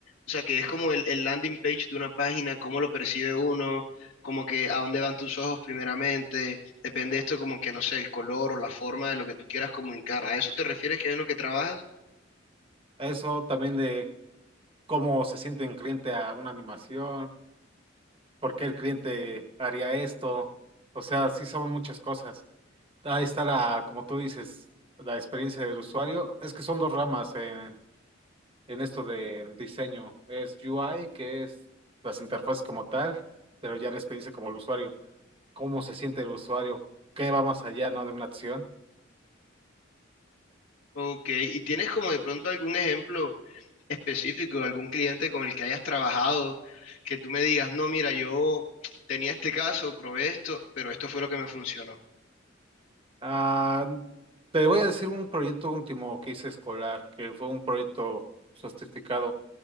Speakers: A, on the left; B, on the right.
A: o sea, que es como el, el landing page de una página, cómo lo percibe uno, como que a dónde van tus ojos primeramente, depende esto como que, no sé, el color o la forma de lo que tú quieras comunicar. ¿A eso te refieres que es en lo que trabajas?
B: eso también de cómo se siente un cliente a una animación, por qué el cliente haría esto. O sea, sí son muchas cosas. Ahí está la, como tú dices, la experiencia del usuario. Es que son dos ramas en, en esto de diseño. Es UI, que es las interfaces como tal, pero ya la experiencia como el usuario. ¿Cómo se siente el usuario? ¿Qué va más allá, no, de una acción?
A: Ok, ¿y tienes como de pronto algún ejemplo específico, de algún cliente con el que hayas trabajado, que tú me digas, no, mira, yo tenía este caso, probé esto, pero esto fue lo que me funcionó?
B: Ah, te voy a decir un proyecto último que hice escolar, que fue un proyecto certificado.